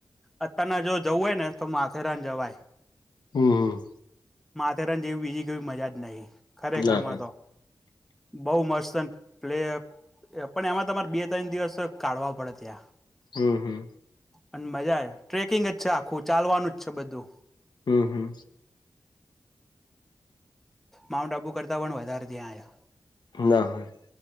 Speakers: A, in the centre; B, on the left.
A: અત્યારના જો જવું હોય ને તો માથેરાન જવાય.
B: હમ હમ
A: માથેરાન જેવી બીજી કોઈ મજા જ નહી. ખરેખર
B: ના હોય
A: માં તો. બઉ મસ્ત પ્લે એ પણ એમાં તમારે બે તણ દિવસ કાઢવા પડે ત્યાં.
B: હમ હમ
A: અને મજા આય ટ્રેકિંગ જ છે આખું ચાલવાનું જ છે બધું.
B: હમ હમ
A: માઉન્ટ આબુ કરતાં પણ વધારે ત્યાં હહ.
B: ના હોય